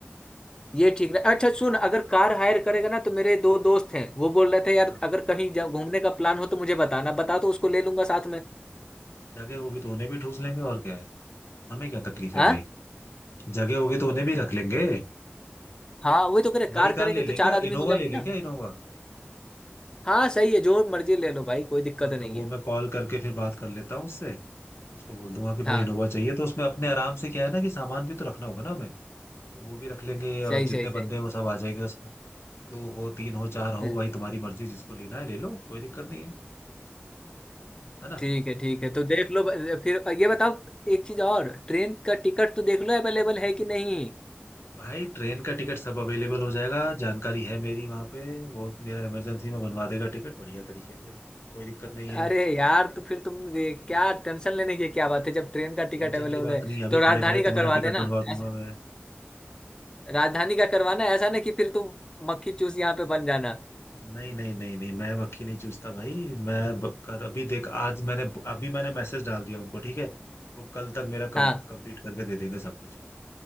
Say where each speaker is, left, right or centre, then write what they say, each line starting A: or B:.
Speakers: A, on the left; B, on the left.
A: ये ठीक रहे अच्छा सुन अगर कार हायर करेगा ना तो मेरे दो दोस्त हैं वो बोल रहे थे यार
B: हाँ
A: अगर कहीं जा- घूमने का प्लान हो तो मुझे बताना बता तो उसको ले लूंगा साथ में
B: जगह होगी तो उन्हें भी ठूस लेंगे और क्या है हमें क्या तकलीफ है
A: हाँ
B: भाई जगह होगी तो उन्हें भी रख लेंगे
A: हाँ वही तो कह रहे
B: बड़ी
A: कार
B: कार
A: करेंगे
B: ले
A: तो
B: लें क्या
A: चार आदमी
B: इनोवा
A: हो जाएंगे
B: ले लें
A: ना
B: क्या इनोवा
A: हाँ सही है जो मर्जी ले लो भाई कोई दिक्कत
B: हाँ
A: नहीं
B: तो वो
A: है
B: मैं कॉल करके फिर बात कर लेता हूँ उससे उसको बोल दूंगा कि भाई
A: हाँ
B: इनोवा चाहिए तो उसमें अपने आराम से क्या है ना कि सामान भी तो रखना होगा ना हमें तो वो भी रख लेंगे और
A: सही
B: जितने
A: सही सही
B: बंदे हैं वो सब आ जाएंगे उसमें दो हो तीन हो चार हो
A: हम्म,
B: भाई तुम्हारी मर्जी जिसको लेना है ले लो कोई दिक्कत नहीं है है ना
A: ठीक है ठीक है तो देख लो फिर ये बताओ एक चीज और ट्रेन का टिकट तो देख लो अवेलेबल है कि नहीं
B: भाई ट्रेन का टिकट सब अवेलेबल हो जाएगा जानकारी है मेरी वहां पे वो मेरा इमरजेंसी में बनवा देगा टिकट बढ़िया तरीके से कोई दिक्कत नहीं है
A: अरे यार तो फिर तुम ये क्या टेंशन लेने की क्या बात है जब ट्रेन का टिकट
B: टेंशन
A: अवेलेबल
B: की बात
A: है
B: नहीं अभी
A: तो राजधानी
B: खड़े खड़े
A: का
B: तुम्हारा
A: करवा
B: टिकट
A: देना
B: बनवा दूंगा
A: ऐसा
B: मैं
A: राजधानी का करवाना ऐसा ना कि फिर तुम मक्खी चूस यहाँ पे बन जाना
B: नहीं नहीं नहीं नहीं मैं मक्खी नहीं चूसता भाई मैं ब- कर अभी देख आज मैंने अभी मैंने मैसेज डाल दिया उनको ठीक है वो कल तक मेरा
A: हाँ
B: कम कंप्लीट करके दे देंगे सब कुछ